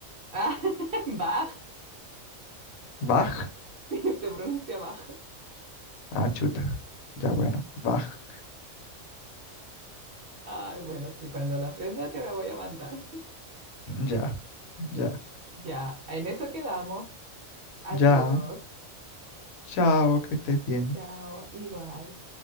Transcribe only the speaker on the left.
Bach.
Ah, chuta. Ya bueno, Bach.
Ya, ya,
ya. Chao, que estés bien.